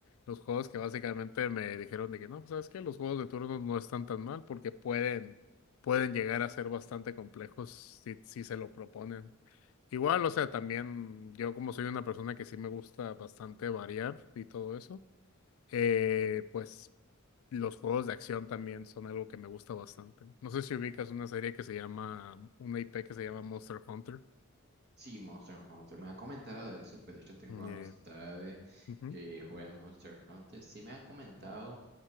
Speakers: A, on the left; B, on the right.
A: los juegos que básicamente me dijeron de que no, pues, ¿sabes qué? Los juegos de turnos no están tan mal porque pueden, pueden llegar a ser bastante complejos si, si se lo proponen. Igual, o sea, también yo como soy una persona que sí me gusta bastante variar y todo eso, eh, pues los juegos de acción también son algo que me gusta bastante. No sé si ubicas una serie que se llama, una IP que se llama Monster Hunter.
B: Sí, Monster Hunter. Me han comentado de eso, pero de hecho tengo
A: Eh,
B: amistades
A: ujú,
B: que juegan Monster Hunter. Sí me han comentado